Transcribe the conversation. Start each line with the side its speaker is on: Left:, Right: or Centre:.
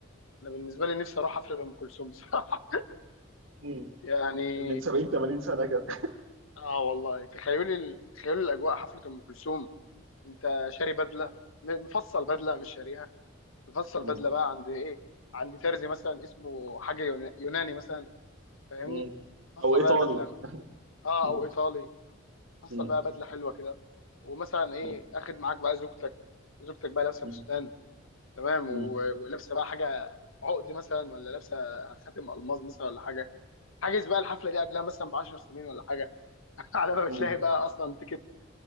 Left: انا بالنسبه لي نفسي اروح حفله ام كلثوم بصراحه
Right: مم.
Left: <laughs> يعني
Right: من 70 80 سنه كده
Left: اه والله تخيلي ال- تخيلي الاجواء حفله ام كلثوم انت شاري بدله م- مفصل بدله مش شاريها مفصل
Right: مم.
Left: بدله بقى عند ايه عند ترزي مثلا اسمه حاجه يونا- يوناني مثلا فاهمني
Right: مم.
Left: مفصل
Right: او ايطالي
Left: بقى بدله اه
Right: مم.
Left: او ايطالي حصل
Right: مم.
Left: بقى بدله حلوه كده ومثلا ايه
Right: مم.
Left: اخد معاك بقى زوجتك زوجتك بقى لابسه
Right: مم.
Left: فستان تمام
Right: مم.
Left: و- ولابسه بقى حاجه عقد مثلا ولا لابسه خاتم الماظ مثلا ولا حاجه حاجز بقى الحفله دي قبلها مثلا ب 10 سنين ولا حاجه <laughs> على ما بتلاقي
Right: مم.
Left: بقى اصلا تيكت